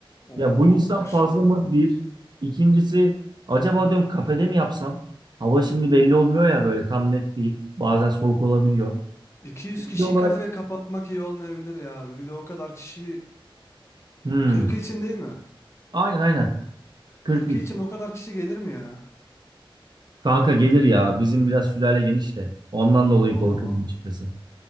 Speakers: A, on the right; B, on the left.
A: Ya
B: Oo
A: bu insan
B: maşallah.
A: fazla mı? Bir. İkincisi acaba diyorum kafede mi yapsam? Hava şimdi belli olmuyor ya böyle tam net değil. Bazen soğuk olabiliyor.
B: 200
A: Belli
B: kişi
A: olarak
B: kafe kapatmak iyi olmayabilir ya abi. Bir de o kadar kişi
A: hmm.
B: 40 için değil mi?
A: Aynen aynen. 42.
B: 40 için o kadar kişi gelir mi ya?
A: Kanka gelir ya. Bizim biraz sülale geniş de. Ondan dolayı
B: O
A: korkuyorum
B: zaman
A: açıkçası.